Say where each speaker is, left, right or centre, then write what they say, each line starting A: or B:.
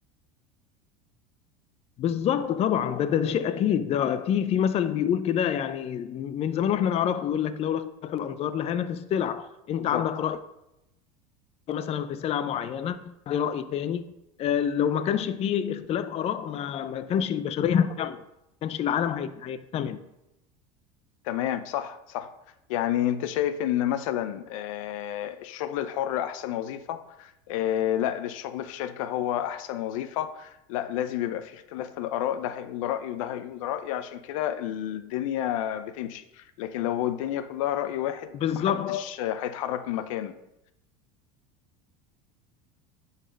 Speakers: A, on the left; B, on the left.
A: بالظبط طبعا ده ده ده شيء اكيد ده في في مثل بيقول كده يعني من زمان واحنا نعرفه يقول لك لولا اختلاف الانظار لهانت السلع انت
B: بالظبط
A: عندك راي مثلا في سلعه معينه عندي راي تاني آه، لو ما كانش في اختلاف اراء ما ما كانش البشريه هتكمل ما كانش العالم هي- هيكتمل
B: تمام صح صح يعني انت شايف ان مثلا آه، الشغل الحر احسن وظيفة آه، لا ده الشغل في شركة هو احسن وظيفة لا لازم يبقى في اختلاف في الاراء ده هيقول رأي وده هيقول رأي عشان كده الدنيا بتمشي لكن لو الدنيا كلها رأي واحد
A: بالظبط
B: محدش آه، هيتحرك من مكانه